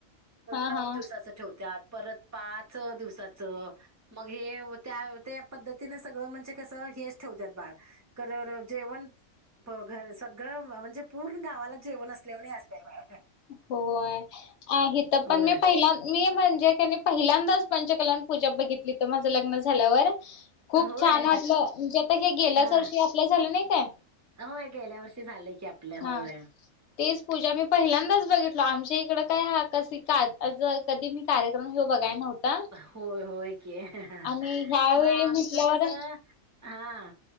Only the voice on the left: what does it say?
हा
हा
होय इथे
पण मी पहिला मी म्हणजे कनी पहिल्यांदाच पंचकलान पूजा बघितली इथे माझं लग्न झाल्यावर खूप
छान वाटलं म्हणजे आता हे गेल्याच
वर्षी आपल्या झालं नाही काय
हा
तेच पूजा मी पहिला आत्ताच बघितलं आमच्याकडे काय हा कस काय कधीपण कार्यक्रम बघाय नव्हता
आणि ह्यावेेळी
म्हटल्यावर